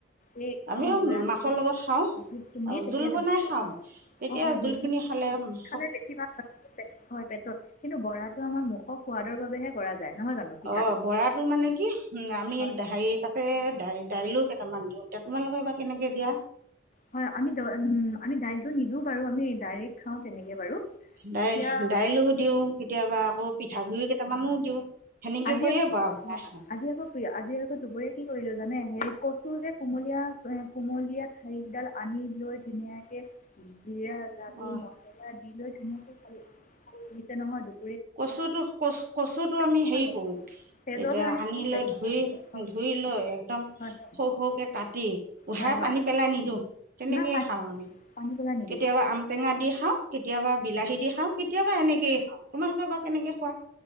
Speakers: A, on the left; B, on the right.
A: এই একদম
B: আমিও
A: গুড়াকৈ
B: মাছৰ লগত খাওঁ,
A: ঢেঁকীত খুন্দি
B: আৰু
A: তেতিয়া
B: জোল
A: ধুনীয়াকৈ
B: বনাই খাওঁ, তেতিয়া
A: অঁ অঁ
B: জোল
A: বনাই
B: খিনি খালে উম, শ
A: খালে বেছি ভাত খালে, পেটত ধৰে পেটত, কিন্তু বৰা তাটো আমাৰ মুখৰ সোৱাদৰ বাবেহে কৰা যায়। নহয় জানো পিঠাটো
B: অ' বৰাটো মানে কি, উম, আমি
A: হয়
B: হেৰি তাতে দাই দাইলো কেইটামান দিওঁ, এতিয়া তোমালোকে বা কেনেকে দিয়া।
A: হয় আমি দ, উম, আমি দাইলটো নিদিওঁ বাৰু আমি ডাইৰেক্ট খাওঁ তেনেকৈ বাৰু
B: দাই-দাইলো
A: এতিয়া
B: দিওঁ, কেতিয়াবা আকৌ পিঠাগুৰিও কে টামানো দিওঁ। সেনেকৈ
A: আজি
B: কৰিয়ে
A: আকৌ,
B: বৰা বনাই
A: হয় হয়,
B: খাওঁ
A: আজি আকৌ প্ৰীয়, আজি আকৌ দুপৰীয়া কি কৰিলো জা জানে হেৰি কচু যে, কোমলীয়া এ, কোমলীয়া ঠাৰিকেইডাল আনি লৈ ধুনীয়াকে পিয়াঁজ, আলু,
B: অঁ
A: মচলা দি লৈ ধুনীয়াকৈ খালো, ভাল লাগিল। তে নহয় দুপ
B: কচুটো-কচ-কচুটো আমি
A: চাফা
B: হেৰি
A: গ'ল
B: কৰোঁ।
A: তেজৰ
B: এতিয়া
A: কাৰণেও
B: আনি
A: ভাল
B: লৈ
A: পেট
B: ধুই,
A: চাফা হ'ল।
B: ধুই লৈ একদম
A: হয় হয়
B: সৰু সৰুকে কাটি, উহাই
A: হয় হয়
B: পানী পেলাই নিদিওঁ, তেনেকেই
A: নাই পানী
B: খাওঁ আমি,
A: পানী পেলাই নিদিওঁ
B: কেতিয়াবা আম টেঙা দি খাং কেতিয়াবা বিলাহী দি খাওঁ কেতিয়াবা এনেকয়ে খাওঁ। তোমালোকে বা কেনেকে খোৱা